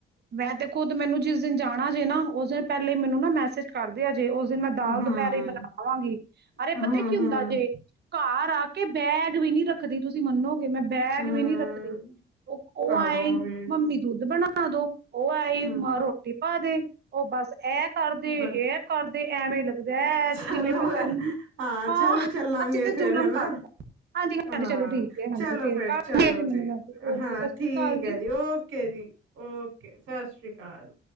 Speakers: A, on the right (about 55°); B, on the right (about 90°).
A: ਮੈਂ ਤੇ ਖੁਦ ਮੈਨੂੰ ਜਿਸ ਦਿਨ ਜਾਣਾ ਜੇ ਨਾ ਉਸ ਦਿਨ ਪਹਿਲੇ ਮੈਨੂੰ ਨਾ ਮੈਸੇਜ ਕਰਦੇ ਔ ਜੇ ਉਸ ਦਿਨ ਮੈਂ ਦਾਲ
B: ਹਮ ਹਮ
A: ਦੁਪਹਿਰੇ ਬਣਾਵਾਂਗੀ, ਅਰੇ
B: ਹਮ
A: ਪਤਾ ਕੀ ਹੁੰਦਾ
B: ਹਮ
A: ਜੇ ਘ ਆ ਕੇ ਬੈਗ ਵੀ ਨੀ ਰੱਖਦੇ ਤੁਸੀ ਮੰਨੋ, ਜੇ ਮੈਂ ਬੈਗ
B: ਹਮ
A: ਵੀ ਨੀ ਰੱਖਦੇ, ਉਹ ਉਹ
B: ਆਹੋ
A: ਆਏ ਈ ਨ
B: ਵੀ
A: ਦੋ ਉਹ ਆਈ
B: ਹਮ
A: ਮੈਂ ਰੋਟੀ, ਪਾਦੇ ਔ ਬਸ। ਐ ਕਰਦੀ
B: ਹਾਂਜੀ
A: ਏ ਕਰਦੀ ਐਵੇ ਲਗਦਾ
B: ਚਲੋ
A: ਜਿਵੇ ਪਤਾ
B: ਫਿਰ
A: ਨੀ ਹਾਂ
B: ਚਲੋ ਚੱਲਾਂਗੇ
A: ਅਸੀ ਤੇ
B: ਫੇਰ
A: ਜੁਲਮ
B: ਹਨਾ
A: ਕਰਤਾ ਹਾਂਜੀ
B: ਹਾਂ
A: ਚੱਲੋ ਠੀਕ ਹਾਂਜੀ
B: ਚਲੋ ਫਿਰ
A: ਕਰਦੀ
B: ਚਲੋ
A: ਆ ਫਿਰ ਮੈਂ,
B: ਜੀ ਹਾਂ
A: ਸਾਸਰੀ
B: ਠੀਕ
A: ਕਾਲ ਜੀ।
B: ਹੈ ਓਕੇ ਜੀ ਓਕੇ ਸਤਿ ਸ਼੍ਰੀ ਅਕਾਲ